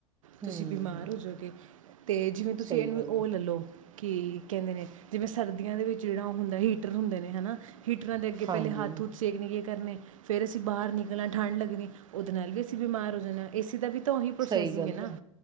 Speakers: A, on the right; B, on the right.
A: ਹੂੰ,
B: ਤੁਸੀਂ ਬਿਮਾਰ ਹੋ ਜਾਓਗੇ, ਅਤੇ ਜਿਵੇਂ ਤੁਸੀਂ
A: ਸਹੀ
B: ਇਹਨੂੰ
A: ਗੱਲ
B: ਉਹ
A: ਆ।
B: ਲੈ ਲਓ ਕਿ ਕਹਿੰਦੇ ਨੇ ਜਿਵੇਂ ਸਰਦੀਆਂ ਦੇ ਵਿੱਚ ਜਿਹੜਾ ਉਹ ਹੁੰਦਾ ਹੀਟਰ ਹੁੰਦੇ ਨੇ ਹਨਾ, ਹੀਟਰਾਂ ਅੱਗੇ ਪਹਿਲੇ
A: ਹਾਂਜੀ
B: ਹੱਥ ਹੂਥ ਸੇਕ ਲਿਏ ਕਰਨੇ, ਫੇਰ ਅਸੀਂ ਬਾਹਰ ਨਿਕਲਣਾ ਠੰਢ ਲੱਗਣੀ ਉਹਦੇ ਨਾਲ ਵੀ ਅਸੀਂ ਬਿਮਾਰ ਹੋ ਜਾਣਾ ਏਸੀ ਦਾ ਵੀ ਉਹ ਪ੍ਰੋਸੈਸਿੰਗ
A: ਸਹੀ ਗੱਲ
B: ਨਾ
A: ਹੈ